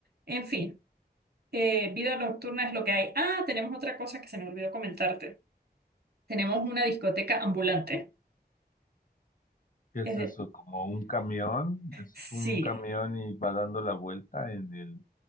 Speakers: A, on the right; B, on the left.
A: en fin, eh, vida nocturna es lo que hay. Ah, tenemos otra cosa que se me olvidó comentarte. Tenemos una discoteca ambulante.
B: ¿Qué
A: Es
B: es
A: de-
B: eso? Como un camión, es
A: Sí,
B: como un camión y va dando la vuelta en el,